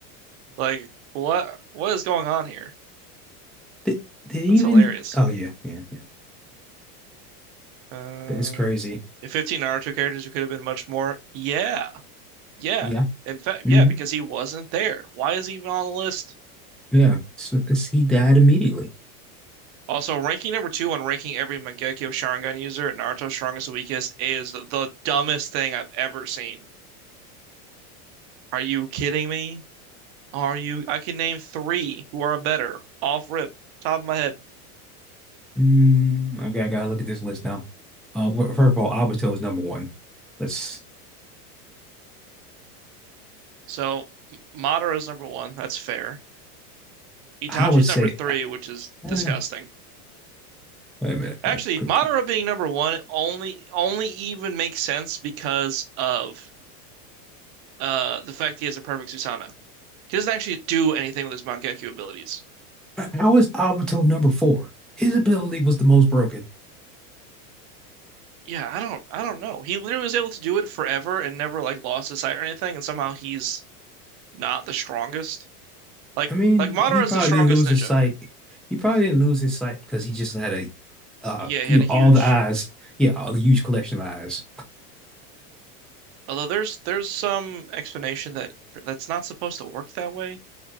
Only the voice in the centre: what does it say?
Did, did he
even?
Oh yeah, yeah, yeah.
That's crazy.
Yeah.
hmm
Yeah. So it's, he died immediately.
Mm, okay, I gotta look at this list now. Uh, wh- first of all, Obito is number one. Let's.
I would say.
eh, wait a minute.
uh, quick.
Uh, How is Obito number four? His ability was the most broken.
I mean,
he probably
didn't lose
his sight. He probably didn't lose his sight because he just had a, uh,
you
know,
all the eyes. Yeah, a huge collection of eyes.